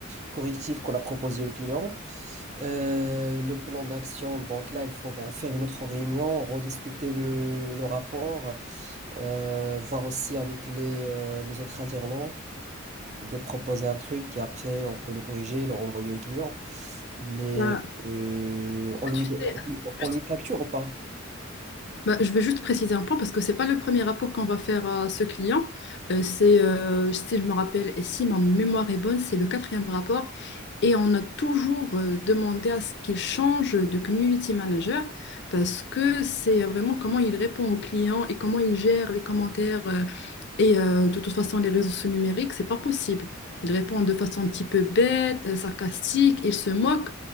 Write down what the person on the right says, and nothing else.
correctives qu'on a proposées aux clients. Euh, le plan d'action, donc là, il faut en faire une autre réunion, rediscuter le, le rapport, euh, voir aussi avec les, euh, les autres alternants de proposer un truc et après on peut le corriger et le renvoyer au client. Mais
euh, on lui,
on
lui on
lui facture ou pas?